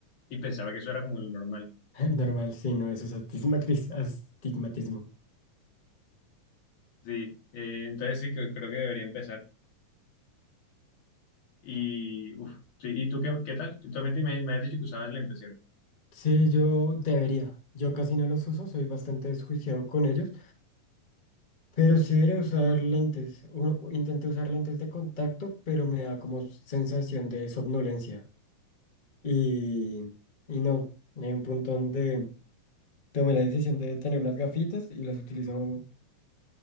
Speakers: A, on the left; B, on the left.
A: y pensaba que eso era como lo normal.
B: <laughs> Normal, sí, no, eso es astigmatiz- astigmatismo.
A: Sí, eh, entonces sí, que- creo que debería empezar. Y, uf, sí, ¿y tú qué, qué tal? Tú también te- me, me has dicho que usabas lentes, ¿cierto?
B: Sí, yo debería. Yo casi no los uso, soy bastante desjuiciado con ellos, pero sí debería usar lentes. U- u- intenté usar lentes de contacto, pero me da como sensación de somnolencia. Y, y no, hay un punto donde tomé la decisión de tener unas gafitas y las utilizo